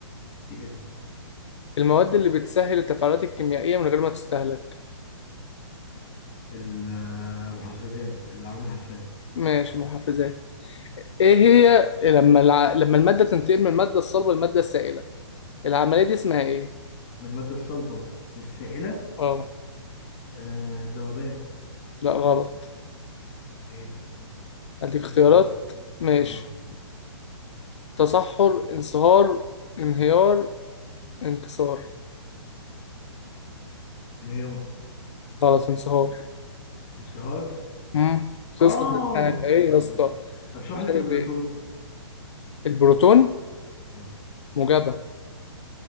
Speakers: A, on the left; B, on the left.
A: سي ال
B: المواد اللي بتسهل التفاعلات الكيميائية من غير ما تستهلك
A: المحفزات اللي عامل الحفاز
B: ماشي المحفزات ايه هي لما الع... لما المادة تنتقل من المادة الصلبة للمادة السائلة العملية دي اسمها ايه
A: من الماده الصلبه للسائله
B: اه
A: آه ذوبان
B: لا غلط
A: ايه
B: اديك
A: دي الاختيارات
B: اختيارات ماشي
A: اه
B: تصحر انصهار انهيار انكسار
A: انهيار
B: غلط انصهار
A: انصهار
B: امم توصل
A: اه
B: للحاجة
A: مس
B: ايه
A: ايوه
B: يا
A: ايوه
B: اسطى
A: ماشي طب شحنه
B: مش عارف
A: البروتون
B: ايه البروتون
A: اه
B: موجبة